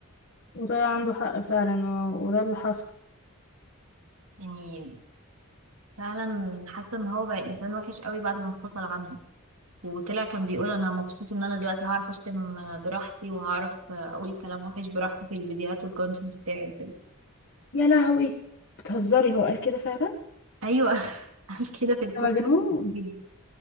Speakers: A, on the left; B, on the right.
A: وطلع عنده حق فعلا و... وده اللي حصل
B: يعني فعلا حاسه ان هو بقى انسان وحش قوي بعد ما انفصل عنها وطلع كان بيقول انا مبسوط ان انا دلوقتي هعرف اشتم براحتي وهعرف اقول كلام وحش براحتي في الفيديوهات والكونتنت بتاعي وكده
A: يا لهوي بتهزري هو قال كده فعلا
B: ايوه <laughs> قال كده في البودكاست
A: ده مجنون
B: جدا